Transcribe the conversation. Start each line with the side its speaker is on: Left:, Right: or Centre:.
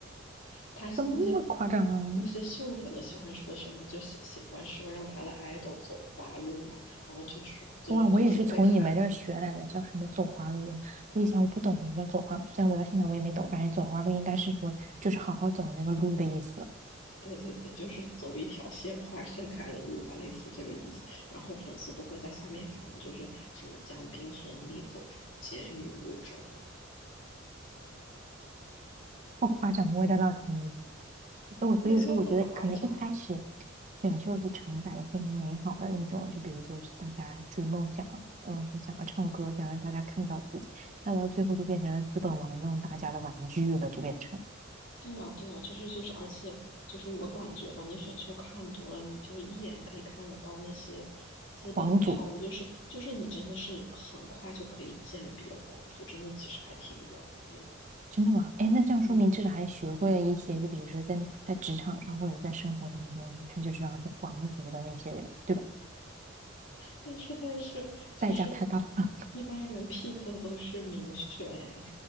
Left: 他那些
Right: 这么夸张啊
Left: 那些秀粉都喜欢说什么，就喜喜欢说让他的 idol 走花路嘛，然后就说就是都都是会喊。
Right: 哇，我也是从你们这儿学来的，叫什么走花路？我以前我不懂什么叫走花路，虽然我到现在我也没懂，反正走花路应该是说就是好好走那个路的意思。
Left: 对对对，就是走一条鲜花盛开的路吧，类似这个意思。然后粉丝都会在下面喊，就是什么“将斌孙俪走出监狱路”之类的，
Right: 好夸张，我的老天爷！那我所以说，
Left: 对，就很夸张。
Right: 我觉得可能一开始选秀是承载着非常美好的那种，就比如说是大家追梦想啊，然后是想要唱歌，想让大家看到自己，那到最后就变成了资本玩弄大家的玩具了，就变成
Left: 对啊，对啊，就是就是，而且就是我感觉吧，你选秀看多了，你就一眼可以看得到那些资本的套路，
Right: 皇族。
Left: 就是就是你真的是很快就可以鉴别皇族，真的其实还挺容易的。
Right: 真的吗？哎，那这样说明至少还学会了一些，
Left: 嗯，
Right: 就比如说在在职场上或者在生活当中，一看就知道是皇族的那些人，对吧？
Left: 但是但是就是
Right: 代价太大了啊！
Left: 一般人 pick 的都是明选呀。